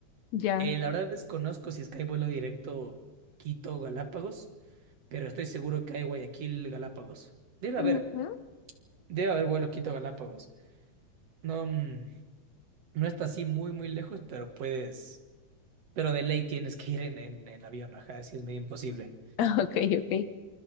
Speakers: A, on the left (about 70°); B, on the right (about 55°).
A: Ya.
B: Eh, la verdad desconozco si es que hay vuelo directo Quito-Galápagos, pero estoy seguro que hay Guayaquil-Galápagos. Debe
A: Ujú,
B: haber,
A: ujú.
B: debe haber vuelo Quito-Galápagos. No, mm, no está así muy, muy lejos, pero puedes, pero de ley tienes que ir en, en, en avión, ajá, así es medio imposible.
A: Ah, <laughs> Ok, ok.